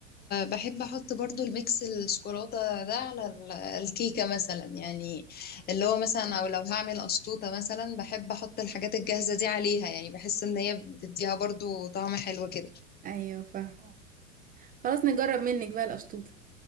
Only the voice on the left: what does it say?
بحب احط برضو الميكس الشوكولاته ده على ال- الكيكه مثلا يعني اللي هو مثلا او لو هعمل اشطوطه مثلا بحب احط الحاجات الجاهزه دي عليها يعني بحس ان هي بتديها برضو طعم حلو كده